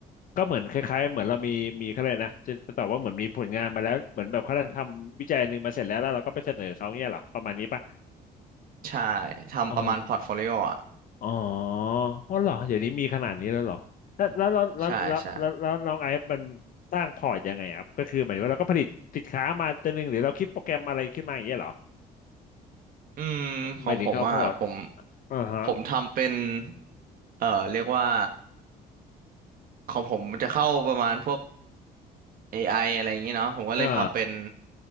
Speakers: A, on the left; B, on the right.
A: ก็เหมือนคล้ายๆเหมือนเรามีมีเขาเลยกนะจะจะตอบว่าเหมือนมีผลงานมาแล้วเหมือนแบบเขาทำวิจัยหนึ่งมาเสร็จแล้วแล้วเราก็ไปเสนอเขาเนี่ยเหรอประมาณนี้ป่ะ
B: ใช่ทำประมาณพอร์ตโฟลิโออะ
A: อ๋อ อ๋ออ๋อเหรอเดี๋ยวนี้มีขนาดนี้แล้วเหรอแล้วแล้วแล้วแล้วแล้วแล้วแล้วน้องไอซ์มัน
B: ใช่ใช่
A: สร้างพอร์ตยังไงครับก็คือหมายถึงว่าเราก็ผลิตสินค้ามาตัวหนึ่งหรือเราคิดโปรแกรมอะไรขึ้นมาอย่างเงี้ยเหรอ
B: อืมของผมอะผม
A: หมายถึงเขาพอร์ตอ่าฮะ
B: ผมทำเป็นเอ่อเรียกว่า ของผมมันจะเข้าประมาณพวก AI อไออะไรอย่างนี้เนาะผมก็เลยทำเป็น
A: อ่า